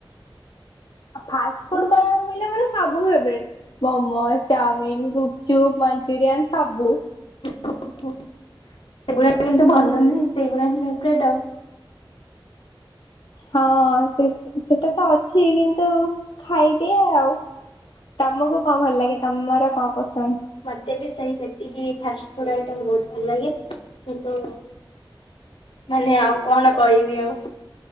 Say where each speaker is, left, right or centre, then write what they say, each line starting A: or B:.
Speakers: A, on the left; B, on the left.
A: ଅ, ଫାଷ୍ଟଫୁଡ୍ କହିବାକୁ ଗଲେ ମୋର ସବୁ ଫେବରେଟ୍। ମୋମୋ, ଚାଉମିିନ୍, ଗୁପଚୁପ୍, ମଞ୍ଚୁରିୟାନ୍ ସବୁ।
B: <inaudible> ସେଗୁଡା କିନ୍ତୁ ଭଲ ନୁହେଁ, ସେଇଗୁରା ହିଁ ଫେବରେଟ୍।
A: ହଁ ସେ ସେଟା ତ ଅଛି କିନ୍ତୁ ଖାଇଦିଏ ଆଉ। ତୋମକୁ କଣ ଭଲ ଲାଗେ, ତୋମର କଣ ପସନ୍ଦ?
B: ମୋତେ ବି ସେଇ ଯେତିକି ଫାଷ୍ଟଫୁଡ୍ ଆଇଟମ ବହୁତ ଭଲ ଲାଗେ। କିନ୍ତୁ ମାନେ ଆଉ କଣ କହିବି ଆଉ